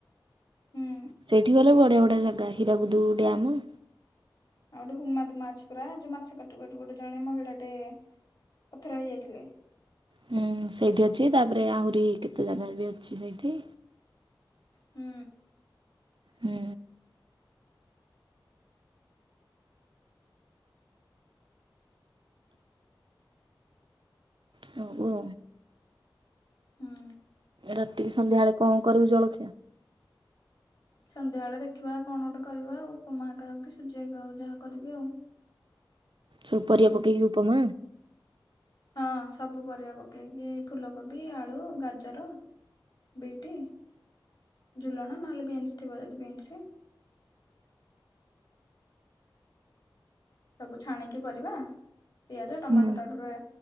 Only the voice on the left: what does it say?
ହୁଁ।
ଆଉ ଗୋଟେ ହୁମା ଦମା ଅଛି ପୁରା ଯେ ମାଛ କାଟୁ କାଟୁ ଗୋଟେ ଜଣେ ମହିଳାଟେ ପଥର ହେଇଯାଇଥିଲେ।
ହୁଁ।
ହୁଁ।
ସନ୍ଧ୍ୟାଳେ ଦେଖିବା କଣ ଗୋଟେ କରିବା ଆଉ ଉପମାଟା ହୋଉ ସୁଜି ହେକା ହୋଉ ଯାହା କରିବି ଆଉ।
ହଁ ସବୁ ପରିବା ପକେଇକି ଫୁଲକୋବି, ଆଳୁ, ଗାଜର ବିଟି ଝୁଲଣ ନହେଲେ ବିନ୍ସ୍ ଥିବ ଯଦି ବିନ୍ସି। ସବୁ ଛାଣିକି ପରିବା ପିଆଜ ଟମାଟୋ
ତାପରେ